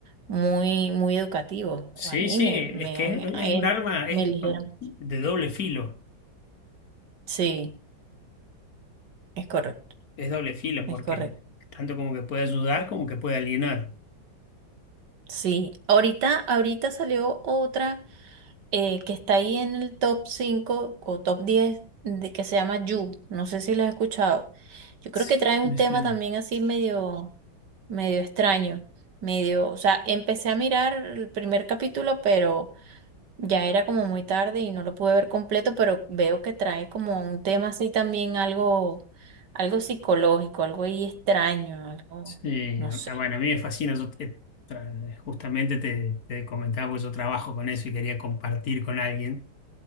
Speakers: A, on the right; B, on the left.
A: muy, muy educativos.
B: Sí,
A: A mí
B: sí,
A: me,
B: es
A: me
B: que
A: han, a
B: es
A: él
B: un arma es
A: me eligieron.
B: de doble filo,
A: Sí, es correcto,
B: es doble filo
A: es
B: porque
A: correcto.
B: tanto como que puede ayudar como que puede alienar.
A: Sí, ahorita, ahorita salió otra eh, que está ahí en el top 5 o top 10 de, que se llama You. No sé si la has escuchado. Yo creo
B: Sí,
A: que trae un
B: me
A: tema
B: suena.
A: también así medio, medio extraño, medio, o sea, empecé a mirar el primer capítulo, pero Ya era como muy tarde y no lo pude ver completo, pero veo que trae como un tema así también algo, algo psicológico, algo ahí extraño, algo,
B: Sí,
A: no
B: a-
A: sé,
B: a- bueno, a mí me fascina, yo te- tra- justamente te, te comentaba, pues yo trabajo con eso y quería compartir con alguien.